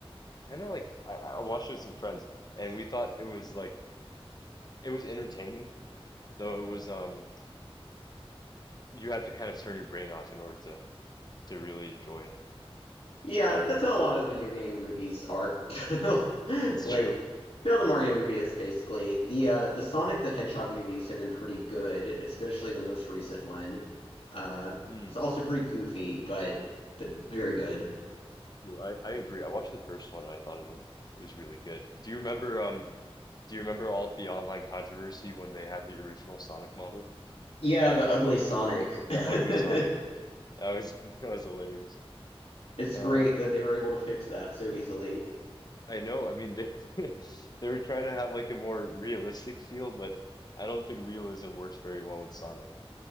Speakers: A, on the left; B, on the left.
A: kind of like I, I watched it with some friends and we thought it was like it was entertaining, though it was um you had to kind of turn your brain off in order to to really enjoy it.
B: Yeah, that's how a lot of video game movies are. <laughs>
A: That's
B: Like
A: true.
B: now the Mario movie is basically the uh the Sonic the Hedgehog movies have been pretty good, especially the most recent one. Uh
A: Hmm.
B: it's also pretty goofy, but but very good.
A: True. I, I agree. I watched the first one and I thought it was it was really good. Do you remember um Do you remember all of the online controversy when they had the original Sonic model?
B: Yeah, the ugly
A: Yes.
B: Sonic.
A: The ugly Sonic.
B: <laughs>
A: That was <laughs> that was hilarious.
B: It's
A: Uh,
B: great that they were able to fix that so easily.
A: I know. I mean, they <laughs> they were trying to have like a more realistic feel, but I don't think realism works very well with Sonic.